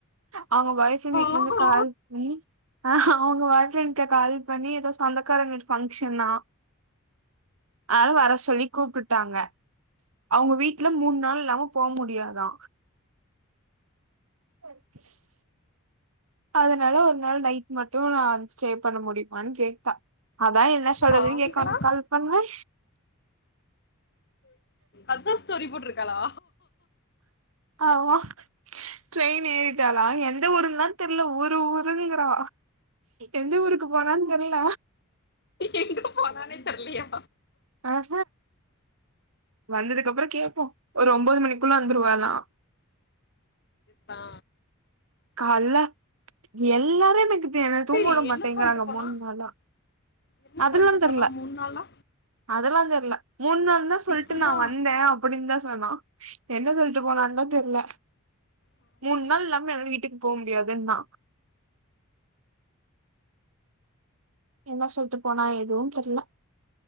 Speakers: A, on the right (about 75°); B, on the left (about 50°).
A: அவுங்க பாய் ஃப்ரெண்ட்
B: பாவோ
A: வீட்ல இந்து கால் பண்ணி அவுங்க பாய் ஃப்ரெண்ட கால் பண்ணி எதோ சொந்தக்காரங்க வீட்டு பங்க்ஷனா ஆல வர சொல்லி கூப்ட்டுட்டாங்க <inaudible> அவுங்க வீட்ல மூன் நாள் இல்லாம போ முடியாதா ச <inaudible> அதனால ஒரு நாள் நைட் மட்டு நா ஸ்டே பண்ண முடியுமானு கேட்டா அதா என்ன சொல்றது
B: பாவிகளா
A: கேக்க உனக்கு கால் பண்ணே
B: அதா ஸ்டோரி போட்ருக்காளா
A: ஆமா ட்ரெயின் ஏறிடாளா எந்த ஊருன்தா தெரியல ஊரு ஊருங்கிறா எந்த ஊருகு போனான் தெர்ல
B: எங்க போனானே தெர்லயா
A: ஆஹ் வந்ததுக்கு அப்புறோ கேப்போ ஒரு ஒம்பது மணிகுள்ள வந்துருவாலா
B: இதா
A: கால்ல எல்லாரு எனக்கு த்து என தூங்க
B: டேய்
A: விடமாடேங்கிறாங்க
B: என்ன சொல்லிட்டு போனா
A: மூன் நாளா
B: என்ன
A: அதுலா
B: சொல்லிட்டு
A: தெர்ல
B: போனா மூணு நாளா
A: அதலா தெர்ல மூன் நாள்தா சொல்ட்டு
B: எப்புட்றா
A: நா வந்தே அப்பிடின்தா சொனா என்ன சொல்ட்டு போனா தெர்ல
B: பாவிகளா.
A: மூன் நாள் இல்லாம என்னால வீட் ட்டின் போ முடியாதுன்னா என்னா சொல்ட்டு போனா எதுவு தெர்ல